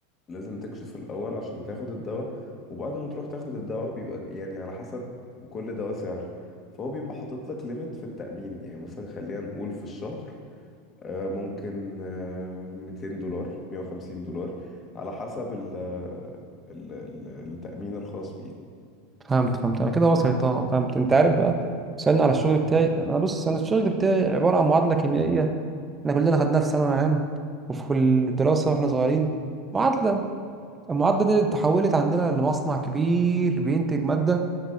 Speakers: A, on the left (about 30°); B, on the right (about 20°).
A: لازم تكشف الأول عشان تاخد الدواء وبعد ما تروح تاخد الدواء بيبقى يعني على حسب كل دواء سعر فهو بيبقى حاطط لك ليميت في التأمين يعني مثلا خلينا نقول في الشهر آه، ممكن آه، 200 دولار 150 دولار على حسب ال ال- ال- التأمين الخاص بيك
B: فهمت فهمت أنا كده وصلت أه فهمت أنت عارف بقى سألني على الشغل بتاعي أنا بص أنا الشغل بتاعي عبارة عن معادلة كيميائية إحنا كلنا خدناها في ثانوي عام وفي كل الدراسة وإحنا صغيرين معادلة المعادلة دي اتحولت عندنا لمصنع كبير بينتج مادة